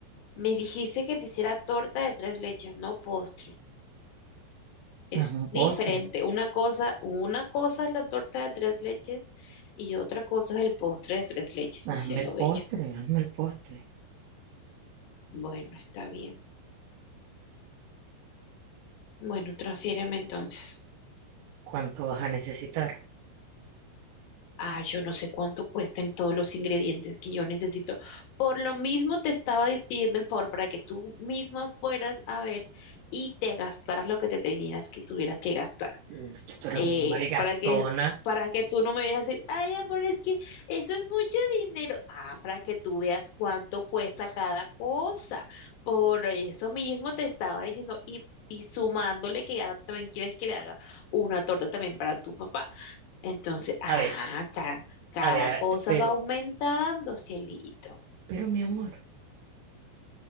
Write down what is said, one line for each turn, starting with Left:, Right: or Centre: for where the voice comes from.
Left: Me dijiste que te hiciera torta de tres leches, no postre. es
Right: Hazme un postre.
Left: diferente. Una cosa, una cosa es la torta de tres leches y otra cosa es el postre de tres leches, mi
Right: Hazme
Left: cielo
Right: el
Left: bello.
Right: postre, hazme el postre.
Left: Bueno, está bien. Bueno, transfiéreme entonces.
Right: ¿Cuánto vas a necesitar?
Left: Ah, yo no sé cuánto cuestan todos los ingredientes que yo necesito. Por lo mismo te estaba despidiendo el favor para que tú misma fueras a ver y te gastaras lo que te tenías que tuvieras que gastar.
Right: Mm, que Tú eres
Left: eh,
Right: un malgastona.
Left: para que, para que tú no me vayas a decir, ay, amor, es que eso es mucho dinero. Ah, para que tú veas cuánto cuesta cada cosa. Por eso mismo te estaba diciendo, y, y sumándole que ahora también quieres que le haga una torta también para tu papá. Entonces, ah,
Right: A ver,
Left: cada, cada
Right: a ver, a-
Left: cosa
Right: pero
Left: va aumentando, cielito.
Right: Pero mi amor,